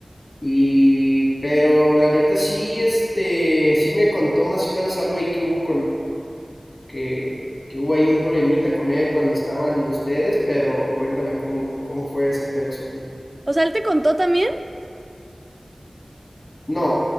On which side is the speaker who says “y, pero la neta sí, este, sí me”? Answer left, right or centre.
Left